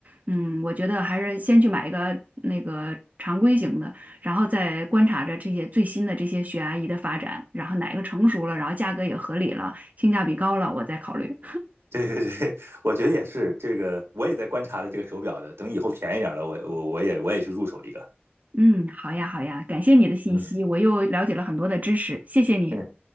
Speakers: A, on the right (about 40°); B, on the right (about 85°).
A: 嗯，我觉得还是先去买一个那个常规型的。然后再观察着这些最新的这些血压仪的发展，然后哪个成熟了，然后价格也合理了，性价比高了，我再考虑。
B: 对对对，我觉得也是，这个我也在观察的这个手表的，等以后便宜点儿了，我我我也我也去入手一个。
A: 嗯，好呀，好呀，感谢你的信息，
B: 嗯，
A: 我又了解了很多的知识，谢谢你。
B: <laughs> 嗯，